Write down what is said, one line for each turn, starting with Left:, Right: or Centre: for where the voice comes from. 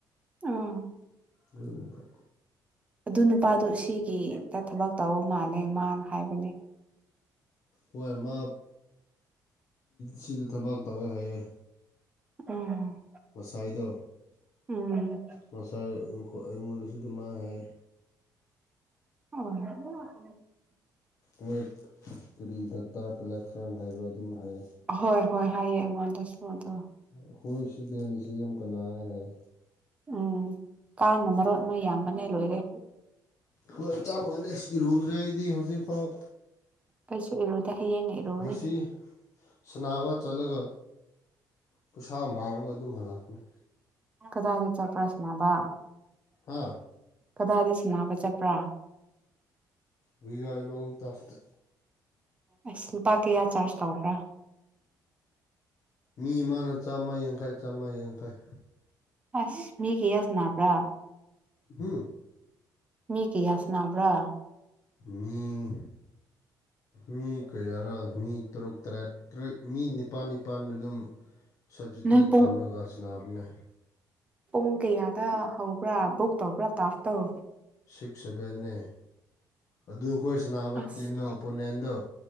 Right: ꯑ
Left: ꯑꯗꯨꯅꯈꯣ
Right: ꯑꯗꯨ ꯅꯨꯄꯥꯗꯨ ꯑꯁꯤꯒꯤꯗ ꯊꯕꯛ ꯇꯧꯕ ꯃꯥꯜꯂꯦ ꯃꯥꯅ ꯍꯥꯏꯕꯅꯦ
Left: ꯍꯣꯏ ꯃꯥ ꯁꯤꯗ ꯊꯕꯥꯛ ꯇꯧꯋꯦ ꯍꯥꯏꯌꯦ
Right: ꯎꯝ
Left: ꯉꯁꯥꯏꯗꯣ
Right: ꯎꯝ
Left: ꯉꯥꯁꯥꯏ ꯑꯩꯉꯣꯟꯗꯁꯨ ꯑꯗꯨ ꯃꯥꯏ ꯍꯥꯏꯌꯦ
Right: ꯑꯥ
Left: ꯃꯣꯏꯠ ꯀꯔꯤ ꯗꯇꯥ ꯀꯂꯦꯛꯁꯟ ꯍꯥꯏꯕꯔ ꯑꯗꯨꯝ ꯍꯥꯏꯌꯦ
Right: ꯍꯣꯏ ꯍꯣꯏ ꯍꯥꯏꯑꯌꯦ ꯑꯩꯉꯣꯟꯗꯁꯨ ꯑꯗꯣ
Left: ꯑꯈꯣꯏ ꯁꯤꯗꯦꯟ ꯁꯤ ꯑꯦꯝ ꯀꯅꯥꯔ ꯍꯥꯏ
Right: ꯎꯝ ꯀꯥꯡꯅ ꯃꯔꫭꯟ ꯑꯃ ꯌꯥꯝꯕꯅꯦ ꯂꯣꯏꯔꯦ
Left: ꯍꯣꯏ ꯆꯞ ꯃꯥꯟꯅꯩ ꯏꯔꯨꯗ꯭ꯔꯦ ꯑꯩꯗꯤ ꯍꯧꯖꯤꯛꯐꯥꯎ
Right: ꯑꯩꯁꯨ ꯏꯔꯨꯗ ꯍꯌꯦꯡꯅ ꯏꯔꯨꯒꯅꯤ
Left: ꯉꯁꯤ ꯁꯅꯥꯕꯥ ꯆꯠꯂꯒ ꯄꫭꯁꯥ ꯃꯥꯡꯉ ꯑꯗꯨꯝ ꯍꯜꯂꯛ ꯄꯅꯤ
Right: ꯀꯗꯥꯏꯗ ꯆꯠꯄ꯭ꯔ ꯁꯥꯟꯅꯕ
Left: ꯍꯥ
Right: ꯀꯗꯥꯏꯗ ꯁꯤ ꯅꯕ ꯆꯠꯄ꯭ꯔꯥ
Left: ꯒꯨꯏꯒꯥꯏ ꯂꯣꯡ ꯇꯔꯐꯇ
Right: ꯑꯁ ꯂꯨꯄꯥ ꯀꯩꯌꯥ ꯆ꯭ꯔꯁ ꯇꯧꯕ꯭ꯔꯥ
Left: ꯃꯤ ꯑꯃꯅ ꯆꯥꯝꯃ ꯌꯥꯡꯈꯩ ꯆꯥꯝꯃ ꯌꯥꯡꯈꯩ
Right: ꯑꯁ ꯃꯤ ꯀꯌꯥ ꯁꯅꯥꯕ꯭ꯔꯥ
Left: ꯍꯨ
Right: ꯃꯤ ꯀꯌꯥ ꯁꯟꯅꯕ꯭ꯔꯥ
Left: ꯃꯤ ꯃꯤ ꯀꯌꯥꯔ ꯃꯤ ꯇꯔꯨꯛ ꯇꯔꯦꯠ ꯇꯔꯦꯠ ꯃꯤ ꯅꯤꯄꯥꯜ ꯅꯤꯄꯥꯜ ꯑꯗꯨꯝ ꯁꯞꯇꯤꯇꯨꯋꯤꯠ
Right: ꯅꯣꯏ ꯄꯨꯡ
Left: ꯊꯝꯂꯒ ꯁꯟꯅꯕꯅꯦ
Right: ꯄꯨꯡ ꯀꯌꯥꯗ ꯍꯧꯕ꯭ꯔꯥ ꯕꯨꯛ ꯇꯧꯕ꯭ꯔꯥ ꯇꯥꯞ ꯇꫭ
Left: ꯁꯤꯛꯁ ꯁꯕꯦꯟꯅꯦ ꯑꯗꯨ ꯑꯩꯈꯣꯏ ꯁꯅꯕ
Right: ꯑꯁ
Left: ꯇꯤꯝꯗꫭ ꯑꯣꯄꯣꯅꯦꯟꯗꯣ